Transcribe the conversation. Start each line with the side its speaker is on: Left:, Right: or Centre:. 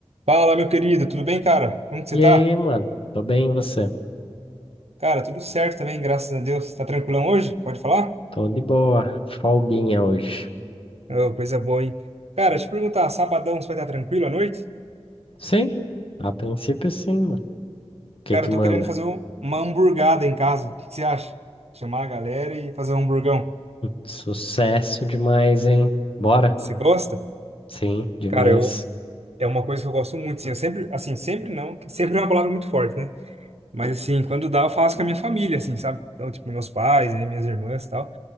Right: Fala, meu querido, tudo bem, cara? Como que
Left: E
Right: você tá?
Left: aí, mano? Tô bem, e você?
Right: Cara, tudo certo também, graças a Deus. Tá tranquilão hoje? Pode falar?
Left: Tô de boa. Folguinha hoje.
Right: Ô, coisa boa, hein? Cara, deixa eu te perguntar, sabadão você vai estar tranquilo à noite?
Left: Sim, a princípio sim, mano. O que
Right: Cara,
Left: que
Right: eu tô
Left: manda?
Right: querendo fazer um- uma hamburgada em casa. O que que você acha? Chamar a galera e fazer um hamburgão.
Left: Sucesso demais, hein? Bora?
Right: Você gosta?
Left: Sim, demais.
Right: Cara, eu é uma coisa que eu gosto muito, sim. Eu sempre, assim, sempre não, que sempre é uma palavra muito forte, né? Mas assim, quando dá, eu faço com a minha família, assim, sabe? Então, tipo, meus pais, aí, minhas irmãs, e tal.